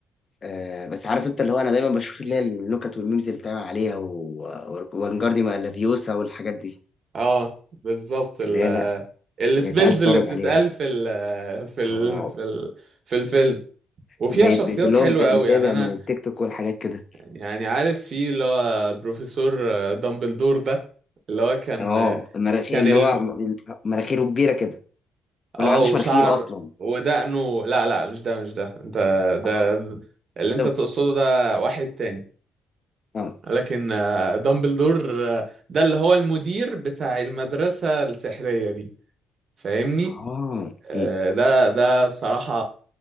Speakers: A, on the left; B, on the right.
A: آه بس عارف انت اللي هو انا دايما بشوف
B: مم.
A: اللي هي النكت والميمز اللي بتعمل عليها و- و- وانجارديوم الافيوسا والحاجات دي
B: آه، بالظبط
A: اللي
B: ال
A: هي
B: السبيلز
A: بقيت عايز اتفرج
B: اللي بتتقال
A: عليها
B: في ال في ال
A: اه
B: في ال في الفيلم وفيها
A: بقيت
B: شخصيات
A: بقيت اللي
B: حلوة
A: هو مت- متابع
B: قوي يعني انا
A: من التيك توك والحاجات كده
B: يعني عارف في اللي هو بروفيسور آه، دامبلدور ده اللي هو كان
A: اه
B: آه،
A: المراخير
B: كان
A: اللي
B: الم...
A: هو م- مناخيره كبيره كده ولا
B: اه
A: ما عندوش
B: وشعر
A: مناخير اصلا
B: ودقنه لا لا مش ده مش ده انت ده
A: اه
B: اللي انت
A: ده
B: تقصده ده واحد تاني
A: اه
B: لكن آه، دامبلدور آه، ده اللي هو المدير بتاع المدرسة السحرية دي فاهمني
A: اه م.
B: آه، ده ده بصراحة